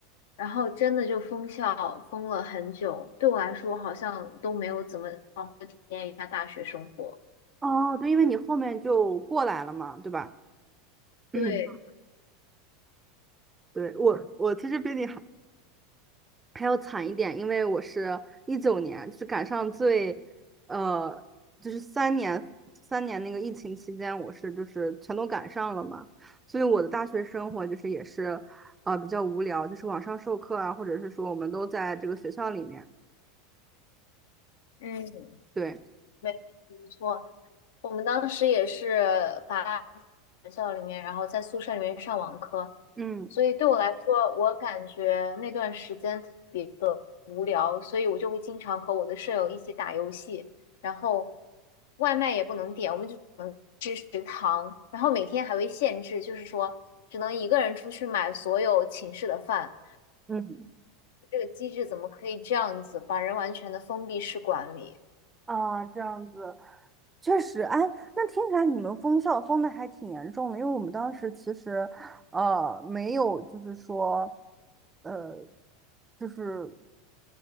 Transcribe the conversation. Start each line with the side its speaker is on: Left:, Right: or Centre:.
Left: 然后真的就封校封了很久，对我来说好像都没有怎么体验一下大学生活。
Right: 哦，对，因为你后面就过来了嘛，对吧？嗯，
Left: 对，
Right: 对，我我其实比你还还要惨一点，因为我是一九年，就是赶上最呃，就是三年三年那个疫情期间，我是就是全都赶上了嘛，所以我的大学生活就是也是呃比较无聊，就是网上授课啊，或者是说我们都在这个学校里面，
Left: 嗯，
Right: 对。
Left: 没没错，我们当时也是把。学校里面，然后在宿舍里面上网课，
Right: 嗯。
Left: 所以对我来说，我感觉那段时间特别无聊，所以我就会经常和我的舍友一起打游戏，然后外卖也不能点，我们就吃食堂，然后每天还会限制，就是说只能一个人出去买所有寝室的饭，
Right: 嗯。
Left: 这个机制怎么可以这样子把人完全的封闭式管理？
Right: 啊，这样子，确实，哎，那听起来你们封校封的还挺严重的，因为我们当时其实，呃，没有，就是说，呃，就是